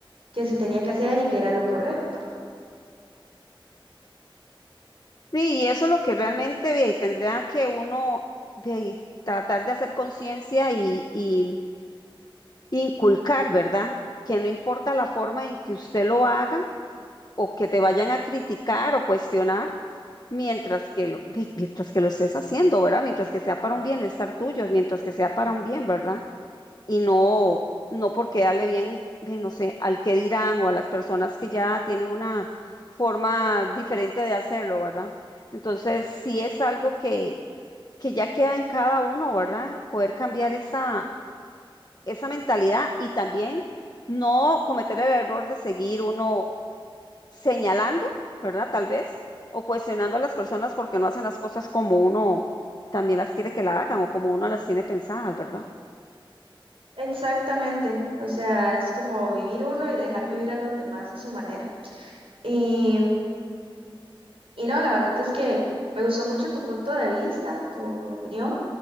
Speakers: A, on the right; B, on the left.
A: que se tenía que hacer y que era lo correcto.
B: Sí, y eso es lo que realmente ve, y tendría que uno ve, tratar de hacer conciencia y y inculcar, ¿verdad? Que no importa la forma en que usted lo haga o que te vayan a criticar o cuestionar, mientras que lo, de- mientras que lo estés haciendo, ¿verdad? Mientras que sea para un bienestar tuyo, mientras que sea para un bien, ¿verdad? Y no, no porque darle bien, bien, no sé, al que dirán o a las personas que ya tienen una forma diferente de hacerlo, ¿verdad? Entonces, sí es algo que, que ya queda en cada uno, ¿verdad? Poder cambiar esa esa mentalidad y también no cometer el error de seguir uno señalando, ¿verdad? Tal vez, o cuestionando a las personas porque no hacen las cosas como uno también las quiere que la hagan o como uno las tiene pensadas, ¿verdad?
A: Exactamente, o sea, es como vivir uno y dejar vivir a los demás a su manera. Y, y no, la verdad es que me gustó mucho tu punto de vista, tu opinión.